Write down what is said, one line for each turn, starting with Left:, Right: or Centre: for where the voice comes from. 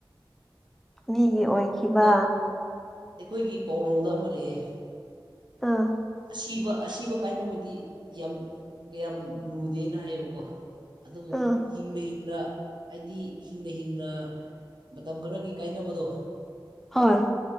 Centre: ꯃꯤꯒꯤ ꯑꯣꯏꯈꯤꯕ
Right: ꯑꯗꯣ ꯑꯩꯈꯣꯏꯒꯤ ꯄꯥꯎꯔꯧꯗ ꯑꯃ ꯂꯩꯌꯦ
Centre: ꯑꯥ
Right: ꯑꯁꯤꯕ ꯑꯁꯤꯕ ꯀꯥꯏꯅꯕꯗꯤ ꯌꯥꯝ ꯀꯌꯥꯝ ꯂꯨꯗꯦꯅ ꯍꯥꯏꯌꯦꯕꯀꯣ ꯑꯗꯨꯕꯨ
Centre: ꯑꯥ
Right: ꯍꯤꯡꯅ ꯍꯤꯡꯅ ꯍꯥꯏꯗꯤ ꯍꯤꯡꯅ ꯍꯤꯡꯅ ꯃꯇꯝ ꯈꯔꯒꯤ ꯀꯥꯏꯅꯕꯗꯣ
Centre: ꯍꯣꯏ